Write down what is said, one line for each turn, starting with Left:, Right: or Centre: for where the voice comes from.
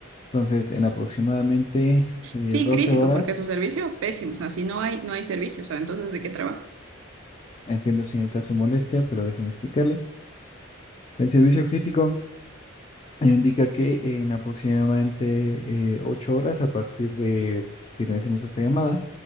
Left: entonces en aproximadamente eh,
Right: Sí,
Left: 12
Right: crítico,
Left: horas
Right: porque su servicio, pésimo. O sea, si no hay, no hay servicio, o sea, entonces, ¿de qué trabajo?
Left: Entiendo, señorita, su molestia, pero déjeme explicarle. El servicio crítico indica que en aproximadamente eh, ocho horas, a partir de finalicemos esta llamada,